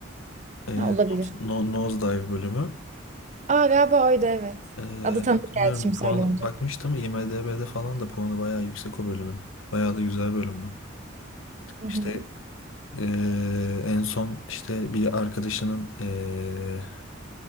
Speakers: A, on the left; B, on the right.
A: E,
B: Ha, olabilir.
A: no, Nosedive bölümü.
B: Aa galiba oydu evet.
A: E,
B: Adı tanıdık
A: hatırlıyorum
B: geldi şimdi
A: puan
B: söyleyince.
A: bakmıştım IMDb'de falan da puanı bayağı yüksek o bölümün. Bayağı da güzel bölümdü.
B: Hı hı.
A: İşte. Eee, en son işte bir arkadaşının eee